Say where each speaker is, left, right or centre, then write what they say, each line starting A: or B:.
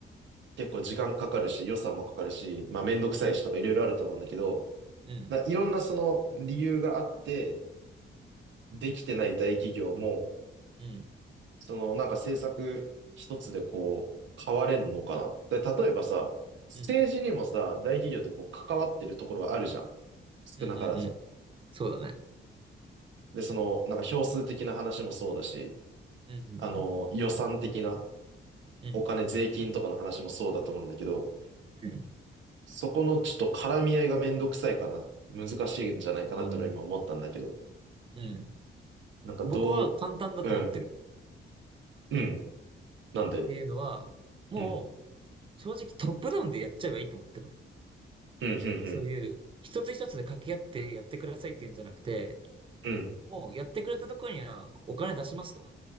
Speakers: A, on the right; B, on the right.
A: 結構時間かかるし、予算もかかるし、まあめんどくさいしとかいろいろあると思うんだけど、
B: うん。うん。うん。
A: ないろんなその理由があって、できてない大企業も、
B: うん。
A: その、なんか政策一つでこう、変われんのかな。で、例えばさ、政治にもさ、
B: うん。
A: 大企業ってこう、関わってるところはあるじゃん。少なからず。
B: うんうんうん。そうだね。
A: で、その、なんか票数的な話もそうだし、
B: うんうんうん。
A: あの、予算的な、
B: うん。
A: お金、税金とかの話もそうだと思うんだけど、
B: うん。
A: そこのちょっと絡み合いがめんどくさいかな、難しいんじゃないかなっていうのは今思ったんだけど、
B: あーうん。
A: なんかどう、
B: 僕は簡単だと思ってる。
A: うん、うん、なんで、
B: っていうのは、もう、
A: うん、
B: 正直トップダウンでやっちゃえばいいと思ってる。
A: うん、うん、うん、
B: そういう、一つ一つで掛け合ってやってくださいっていうんじゃなくて、
A: うん、
B: もうやってくれたところにはお金出しますと。